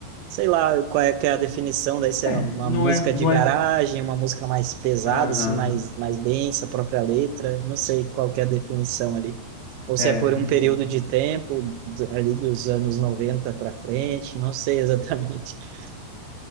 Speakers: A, on the right; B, on the left.
A: sei lá, qual é que é a definição daí, se
B: É,
A: é uma
B: não
A: música
B: é, não
A: de garagem,
B: é.
A: uma música mais pesada,
B: Aham.
A: assim, mais, mais densa, a própria letra, não sei qual que é a definição ali. Ou se
B: É,
A: é por
B: também.
A: um período de tempo, do- ali dos anos 90 para frente, não sei exatamente. <laughs>